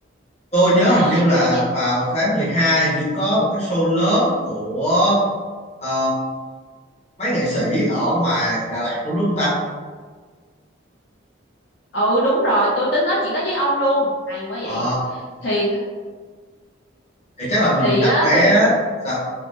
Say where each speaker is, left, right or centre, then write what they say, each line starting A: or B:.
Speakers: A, on the left; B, on the left.
A: Tôi nhớ
B: à
A: hình như là
B: tôi nhớ...
A: vào tháng 12 hình như có một cái show lớn của ờ, mấy nghệ sĩ ở ngoài Đà Lạt luôn đúng không ta?
B: ừ đúng rồi tôi tính nói chuyện đó với ông luôn hay quá
A: Ờ
B: vậy thì
A: thì chắc là mình
B: thì
A: đặt
B: á
A: vé
B: tôi
A: sao?